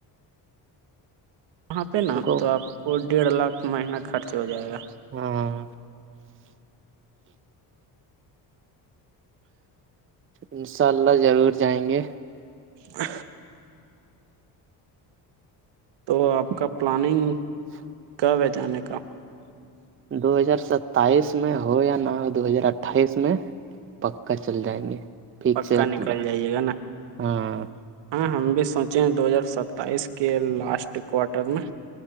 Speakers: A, on the right; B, on the right.
A: وہاں پہ
B: ہم
A: نا
B: کو
A: تو آپ کو ڈیڑھ لاکھ مہینہ خرچ ہو جائے گا
B: ہاں ان شاء اللہ ضرور جائیں گے
A: ا تو آپ کا پلاننگ
B: <inaudible>
A: ب جانے کا
B: دو ہزار ستائیس میں ہو یا نہ ہو دو ہزار اٹھائیس میں پکا چل جائیں گے ٹھیک
A: پکا
B: سے ہے
A: نکل
B: پانی
A: جائیے گا نا
B: ہاں
A: ہاں ہم بھی سوچے ہیں دو ہزار ستائیس کے لاسٹ کوارٹر میں